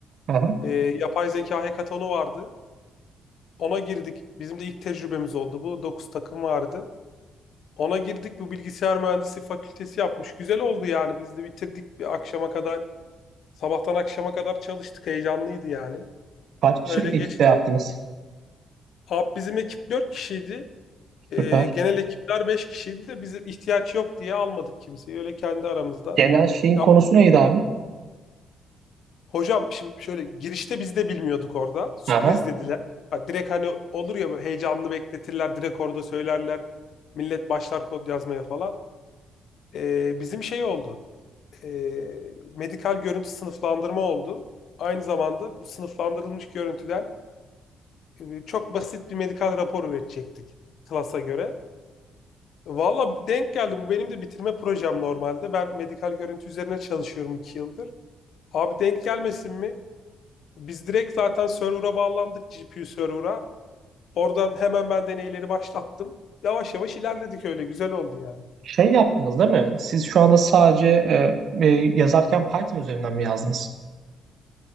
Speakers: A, on the right; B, on the left.
A: aha.
B: Ee, yapay zeka hekatonu vardı. Ona girdik. Bizim de ilk tecrübemiz oldu bu. dokuz takım vardı. Ona girdik. Bu bilgisayar mühendisliği fakültesi yapmış. Güzel oldu yani. Biz de bitirdik bir akşama kadar. Sabahtan akşama kadar çalıştık. Heyecanlıydı yani.
A: Kaç
B: Öyle
A: kişilik
B: geçti.
A: ekipte yaptınız?
B: Abi bizim ekip 4 kişiydi. Ee,
A: Süper.
B: genel ekipler 5 kişiydi de bizim ihtiyaç yok diye almadık kimseyi. Öyle kendi aramızda
A: Genel şeyin
B: yaptık.
A: konusu neydi abi?
B: Hocam şimdi şöyle girişte biz de bilmiyorduk orada. Sürpriz
A: Aha.
B: dediler. Ha, direkt hani olur ya böyle heyecanlı bekletirler. Direkt orada söylerler. Millet başlar kod yazmaya falan. Ee, bizim şey oldu. Ee, medikal görüntü sınıflandırma oldu. Aynı zamanda bu sınıflandırılmış görüntüden e, çok basit bir medikal rapor üretecektik klasa göre. Valla denk geldi. Bu benim de bitirme projem normalde. Ben medikal görüntü üzerine çalışıyorum iki yıldır. Abi denk gelmesin mi? Biz direkt zaten server'a bağlandık GPU server'a. Oradan hemen ben deneyleri başlattım. Yavaş yavaş ilerledik öyle güzel oldu yani.
A: Şey yaptınız değil mi? Siz şu anda sadece e, e, yazarken Python üzerinden mi yazdınız?